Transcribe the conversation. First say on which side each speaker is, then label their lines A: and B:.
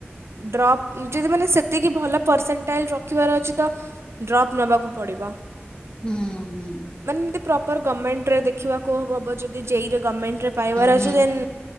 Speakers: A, on the right; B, on the left.
A: ଡ୍ରପ୍ ଯଦି ମାନେ ସେତିକି ଭଲ ପରସେଣ୍ଟାଲ୍ ରଖିବାର ଅଛି ତ ଡ୍ରପ୍ ନେବାକୁ ପଡ଼ିବ
B: ହୁଁ ହୁଁ।
A: ମାନେ ଦି ପ୍ରପର୍ ଗର୍ଣ୍ଣମେଣ୍ଟରେ ଦେଖିବାକୁ ହେବ ଯଦି ଜେଇରେ ଗର୍ଣ୍ଣମେଣ୍ଟରେ ପାଇବାର
B: ହୁଁ ହୁଁ
A: ଅଛି ଦେନ୍